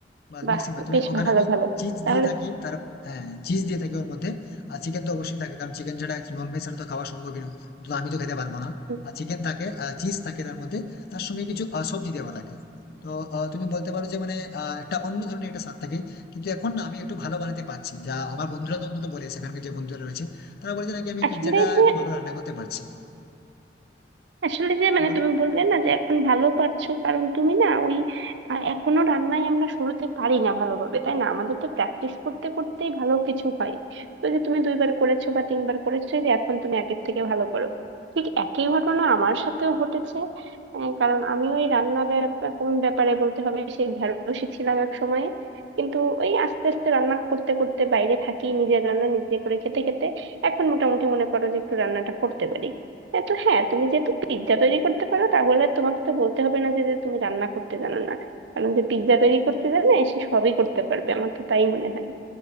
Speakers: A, on the left; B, on the right.
A: বাস
B: বাহ
A: মিক্সিং ভাই তুমি
B: বেশ
A: ওখানে
B: ভালো
A: আমি
B: ভালো
A: চিজ
B: তাহলে
A: দিয়ে থাকি তার হ্যাঁ চিজ দিয়ে থাকি ওর মধ্যে আর চিকেন তো অবশ্যই থাকে কারণ চিকেন ছাড়া নন ভেজ ছাড়া তো খাওয়া সম্ভবই নয় তো আমি তো খেতে পারবো না
B: উম,
A: আর চিকেন থাকে চিজ থাকে তার মধ্যে তার সঙ্গে কিছু আহ, সবজি দেওয়া থাকে তো আহ, তুমি বলতে পারো যে মানে আহ, একটা অন্য ধরনের একটা স্বাদ থাকে কিন্তু এখন না আমি একটু ভালো বানাতে পারছি যা আমার বন্ধুরা তো অন্তত বলে সেখানকার যে বন্ধুরা রয়েছে তারা বলেছে নাকি আমি
B: আসলে
A: পিৎজাটা
B: যে
A: একটু ভালো রান্না করতে পারছি
B: আসলে যে
A: হ্যাঁ,
B: মানে
A: বলো
B: তুমি বললে না যে এখন ভালো পারছো কারণ তুমি না ওই আহ, এখনো রান্নায় আমরা শুরুতে পারি না ভালোভাবে তাই না আমাদের তো প্র্যাকটিস করতে করতেই ভালো কিছু হয় তো যে তুমি দুইবার করেছো বা তিনবার করেছো এই যে এখন তুমি আগের থেকে ভালো করো ঠিক একই ঘটনা আমার সাথেও ঘটেছে আহ, কারণ আমি ওই রান্না ব্যাপ- কোন ব্যাপারে বলতে হবে সেই ঢেড়সই ছিলাম এক সময় কিন্তু ওই আস্তে আস্তে রান্না করতে করতে বাইরে থাকি নিজের রান্না নিজে করে খেতে খেতে এখন মোটামুটি মনে করো যে একটু রান্নাটা করতে পারি হ্যাঁ তো হ্যাঁ তুমি যেহেতু পিৎজা তৈরি করতে পারো তাহলে তোমাকে তো বলতে হবে না যে যে তুমি রান্না করতে জানো না কারণ যে পিৎজা তৈরি করতে জানে সে সবই করতে পারবে আমার তো তাই মনে হয়